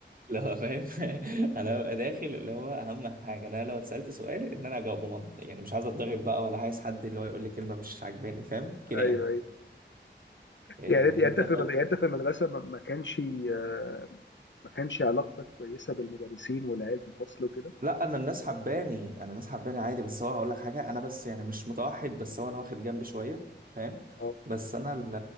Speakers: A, on the right (about 50°); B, on the left (about 80°).
A: اللي هو فاهم <laughs> انا ببقى داخل اللي هو اهم حاجه انا لو اتسالت سؤال ان انا اجاوبه منطقي يعني مش عايز اتضرب بقى ولا عايز حد اللي هو يقول لي كلمه مش عجباني فاهم كده
B: ايوه
A: يعني
B: ايوه
A: إيه
B: يعني يعني
A: انت
B: انت في
A: فاهم
B: المد... يعني انت في المدرسه ما ما كانش آه، ما كانش علاقتك كويسه بالمدرسين والعيال في الفصل وكده
A: لا انا الناس حباني انا الناس حباني عادي بس هو هقول لك حاجه انا بس يعني مش متوحد بس هو انا واخد جنب شويه فاهم
B: اه
A: بس انا ال-